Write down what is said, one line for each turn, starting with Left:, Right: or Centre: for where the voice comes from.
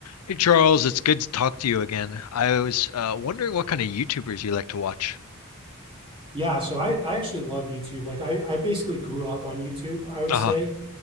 Left: Hey Charles, it's good to talk to you again. I was uh, wondering what kind of YouTubers you like to watch.
Right: Yeah, so I I actually love YouTube. Like I I basically grew up on YouTube, I would
Left: Uh-huh.
Right: say.